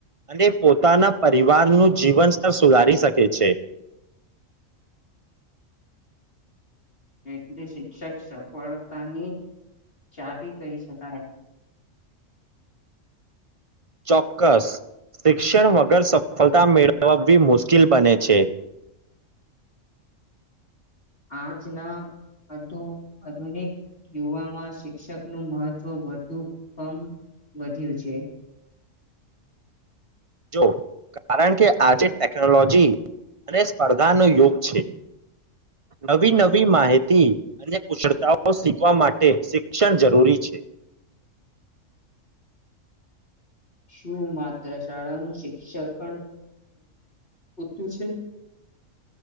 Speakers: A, on the right (about 40°); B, on the left (about 45°).
A: અને પોતાના પરિવારનું જીવન સ્તર સુધારી શકે છે.
B: એટલે શિક્ષક સફળતાની ચાવી કહી શકાય.
A: ચોક્કસ, શિક્ષણ વગર સફળતા મેળવવી મુશ્કેલ બને છે.
B: આજના આધુનિક યુવામાં શિક્ષકનું મહત્વ વધુ કમ વધ્યું છે.
A: જો કારણ કે આજે ટેકનોલોજી અને સ્પર્ધાનો યોગ છે, નવી નવી માહિતી અને કુશળતાઓ શીખવા માટે શિક્ષણ જરૂરી છે.
B: શું માત્ર શાળાનું શિક્ષકણ પૂતું છે?